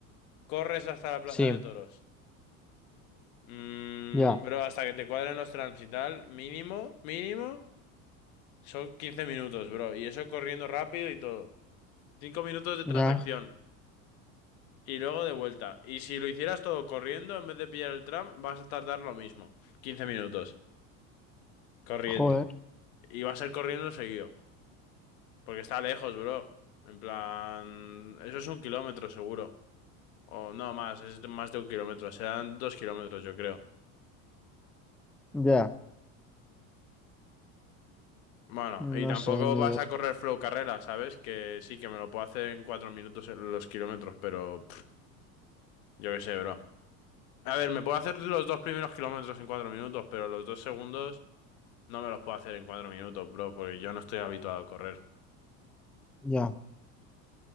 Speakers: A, on the left (about 75°); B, in the centre.
A: corres hasta la Plaza
B: Sí.
A: de Toros. Mm,
B: Ya,
A: bro, hasta que te cuadren los trams y tal, mínimo, mínimo, son 15 minutos, bro. Y eso corriendo rápido y todo. 5 minutos de
B: ya,
A: transacción. Y luego de vuelta. Y si lo hicieras todo corriendo, en vez de pillar el tram, vas a tardar lo mismo. 15 minutos. Corriendo.
B: joder.
A: Y va a ser corriendo seguido. Porque está lejos, bro. En plan... Eso es un kilómetro seguro. O no más, es más de un kilómetro. Serán dos kilómetros, yo creo.
B: Ya.
A: Bueno, y
B: No
A: tampoco
B: sé, ni.
A: vas a correr flow carrera, ¿sabes? Que sí, que me lo puedo hacer en cuatro minutos en los kilómetros, pero... pff, yo qué sé, bro. A ver, me puedo hacer los dos primeros kilómetros en cuatro minutos, pero los dos segundos no me los puedo hacer en cuatro minutos, bro, porque yo no estoy habituado a correr.
B: Ya.